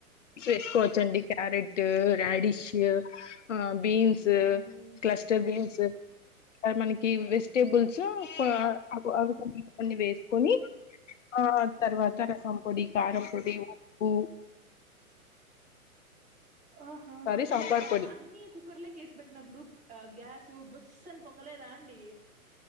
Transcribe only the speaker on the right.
అవునా అండి?
ఆహా
ఓకే
అండి అట్లా
అన్ని కుక్కర్లకేసి పెట్టినప్పుడు క్ ఆ గ్యాసు బుస్సని పొంగలేదా అండి?